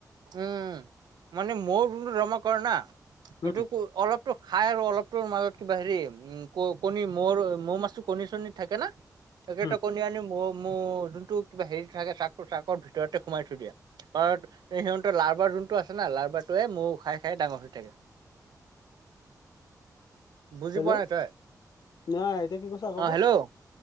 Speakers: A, on the right (about 85°); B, on the left (about 80°).
A: উম, মানে মৌ যোনটো জমা কৰে না।
B: উম
A: এইটো অলপটো খাই আৰু অলপটোৰ মাজত কিবা হেৰি। উম ক কণী মৌ মৌৰ মাজটোত কণী চণী থাকে না। সেইকেইটা
B: উম
A: কণী আনি মৌ মৌ যোনটো কিবা হেৰি থাকে চাক চাকৰ ভিতৰতে সোমাই থৈ দিয়ে। <unintelligible> সিহঁতে লাৰবাৰ যোনটো আছে না লাৰবাৰটোৱে মৌ খাই খাই ডাঙৰ হৈ থাকে। বুজি
B: হেল্ল',
A: পোৱা নাই তই
B: নাই এতিয়া কি কৈছ আকৌ
A: অ
B: ক,
A: হেল্ল'